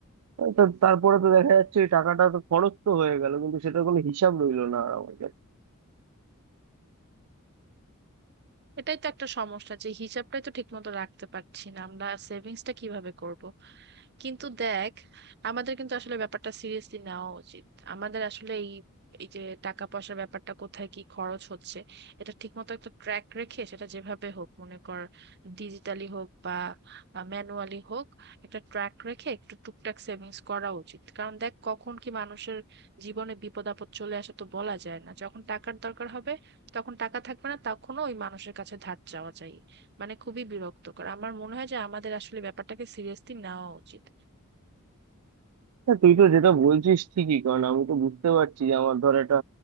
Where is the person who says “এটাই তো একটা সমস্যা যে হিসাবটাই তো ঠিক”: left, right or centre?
Right